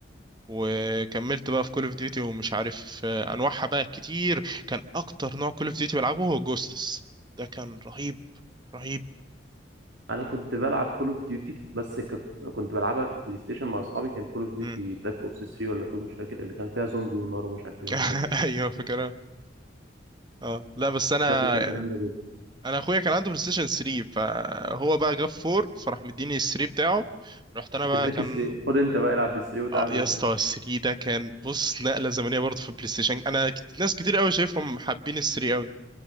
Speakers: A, on the right (about 25°); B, on the right (about 70°).
A: وكملت بقى في كول اوف ديوتي ومش عارف آه، انواعها بقى كتير كان اكتر نوع كول اوف ديوتي بلعبه هو جوستس ده كان رهيب رهيب
B: انا كنت بلعب كول اوف ديوتي بس كنت كنت بلعبها في بلاي ستيشن مع اصحابي كان كول اوف ديوتي
A: امم
B: بلاك اوبس 3 ولا 2 مش فاكر اللي كان فيها زومبي ونار ومش عارف ايه
A: <laughs>
B: والحاجات دي
A: ايوه فكرة اه لا بس انا
B: كانت بتبقى جامده جدا
A: انا اخويا كان عنده بلاي ستيشن 3 فهو بقى جاب 4 فراح مديني ال 3 بتاعه رحت
B: <laughs>
A: انا بقى
B: اداك
A: كان
B: 3 خد انت بقى العب بال 3 وتعامل
A: اه يا اسطى 3 ده كان بص نقله زمنيه برضه في البلاي ستيشن انا كت- ناس كتير قوي شايفهم حابين ال 3 قوي